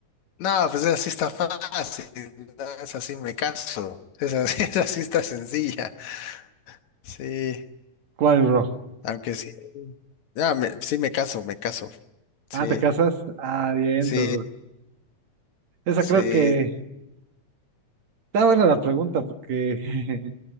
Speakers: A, on the left (about 65°); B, on the right (about 60°).
A: No, pues así está fácil, no es así me caso, es así, <laughs> esa sí está sencilla. Sí,
B: ¿Cuál, bro?
A: aunque sí, ya, me- sí me caso, me caso. Sí.
B: Ah, ¿te casas? Ah, bien, entonces,
A: Sí,
B: bro. Esa
A: sí.
B: creo que Está buena la pregunta porque <laughs>